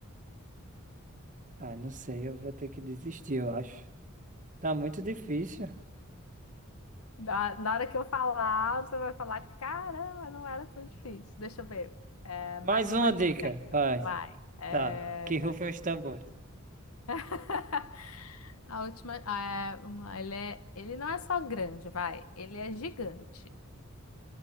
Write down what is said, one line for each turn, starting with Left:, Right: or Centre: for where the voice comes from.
Right: Ah, não sei, eu vou ter que desistir, eu acho. Tá muito difícil.
Left: Da- Na hora que eu falar, você vai falar: caramba, não era tão difícil. Deixa eu ver. É, mais
Right: Mais uma
Left: uma dica,
Right: dica,
Left: então.
Right: vai.
Left: Vai. É,
Right: Tá. Que rufem os tambores.
Left: <laughs> a última. ah, é, uma- ele é, ele não é só grande, vai. Ele é gigante.